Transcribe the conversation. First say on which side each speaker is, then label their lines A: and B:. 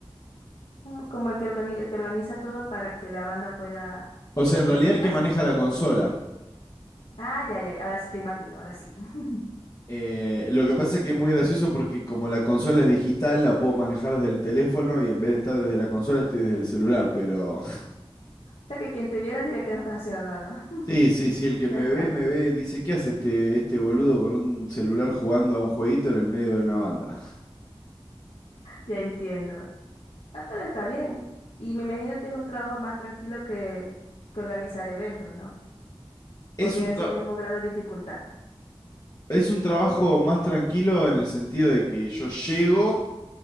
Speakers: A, on the left; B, on the left.
A: Ah, Como el que organiza, el que organiza todo para que la banda pueda
B: O sea, en
A: escucharse,
B: realidad el que maneja
A: pues.
B: la consola.
A: Ah, ya, ya, ya, ahora sí te imagino, ahora sí. <laughs>
B: Eh, lo que pasa es que es muy gracioso porque como la consola es digital, la puedo manejar desde el teléfono y en vez de estar desde la consola estoy desde el celular, pero...
A: O sea que quien te viera diría que no estás haciendo nada.
B: Sí, sí, sí, el que me
A: <laughs>
B: ve, me ve, dice, ¿qué hace este, este boludo con un celular jugando a un jueguito en el medio de una banda?
A: Ya entiendo. Ah, pero está bien. Y me imagino que es un trabajo más tranquilo que, que organizar eventos, ¿no?
B: Es
A: O tiene
B: un, tra-
A: su mismo grado de dificultad.
B: es un trabajo más tranquilo en el sentido de que yo llego